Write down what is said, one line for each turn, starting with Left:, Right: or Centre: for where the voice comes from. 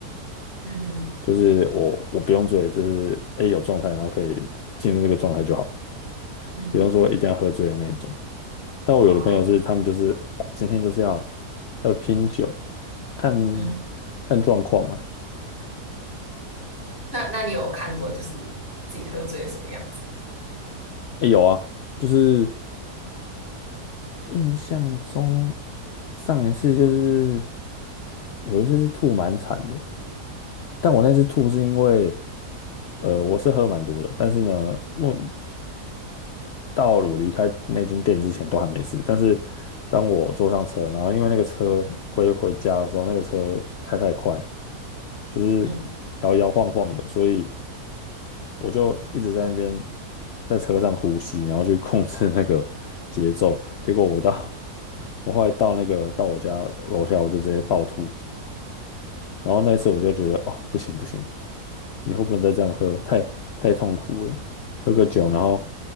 Right: 嗯哼，
Left: 就是我我不用醉，就是哎有状态，然后可以进入那个状态就好，
Right: 嗯
Left: 不用说一定要喝醉的那一种。但我有的朋友是他们就是今天就是要
Right: 哼，哦，
Left: 要拼酒，看
Right: 嗯哼。
Left: 看状况啊。
Right: 那那你有看过就是自己喝醉是什么样子？
Left: 哎，有啊，就是印象中上一次就是有一次是吐蛮惨的，但我那次吐是因为，呃，我是喝蛮多的，但是呢，我到了我离开那间店之前都还没事。但是当我坐上车，然后因为那个车回回家的时候，那个车开太快，就是摇摇晃晃的，
Right: 嗯
Left: 所以我就一直在那边在车上呼吸，然后去控制那个节奏。结果我到 <laughs> 我后来到那个到我家楼下，我就直接暴吐。然后那一次我就觉得哦，不行不行，以后不能再这样喝，太太痛苦了。喝个酒，然后